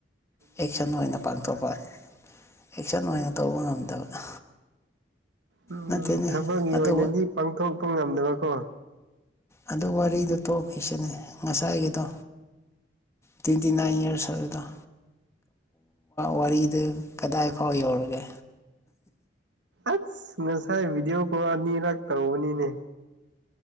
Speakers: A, on the left; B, on the right.
A: ꯑꯦꯛꯁꯟ ꯑꯣꯏꯅ ꯄꯥꯡꯊꯣꯛꯄ ꯑꯦꯛꯁꯟ ꯑꯣꯏꯅ ꯇꯧꯕ ꯉꯝꯗꯕ
B: ꯎꯝ
A: ꯅꯠꯇꯦꯅꯦ
B: ꯊꯕꯛꯀꯤ
A: ꯑꯗꯨ
B: ꯑꯣꯏꯅꯗꯤ ꯄꯥꯡꯊꯣꯛꯄ ꯉꯝꯗꯅꯕꯀꯣ
A: ꯑꯗꯨ ꯋꯥꯔꯤꯗꫭ ꯇꯣꯛꯈꯤꯁꯤꯅꯦ ꯉꯁꯥꯏꯒꯤꯗꯣ ꯇ꯭ꯋꯦꯟꯇꯤ ꯅꯥꯏꯟ ꯏꯔꯁ ꯍꯥꯏꯕꯗꫭ ꯋꯥꯔꯤꯗꯨ ꯀꯗꯥꯏ ꯐꯥꯎ ꯌꯧꯔꯒꯦ
B: ꯑꯁ ꯉꯁꯥꯏ ꯚꯤꯗꯤꯑꯣ ꯀꯣ ꯑꯅꯤꯔꯛ ꯇꯧꯕꯅꯤꯅꯦ